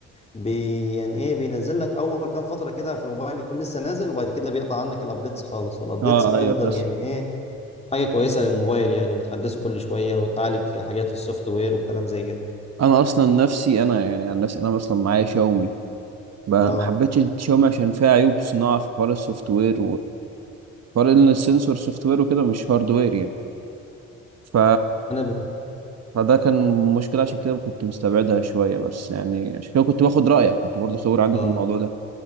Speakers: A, on the left; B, on the right.
A: بي يعني ايه بينزل لك اول كام فترة كده في الموبايل يكون لسه نازل وبعد كده بيقطع عنك الابديتس خالص والابديتس
B: اه
A: بتفضل
B: ايوه بس
A: يعني ايه حاجة كويسة للموبايل يعني بتحدثه كل شوية وتعالج حاجات في السوفت وير والكلام زي كده
B: انا اصلا نفسي انا يعني عن نفسي انا اصلا معايا شاومي ب- ما
A: اه
B: حبيتش شاومي عشان فيها عيوب صناعة في حوار السوفت وير فرق ان السنسور سوفت وير وكده مش هاردوير يعني ف
A: انا بال...
B: فده كان مشكلة عشان كده كنت مستبعدها شوية بس يعني عشان كده كنت باخد رأيك كنت برضه خبير عندي
A: اه
B: في الموضوع ده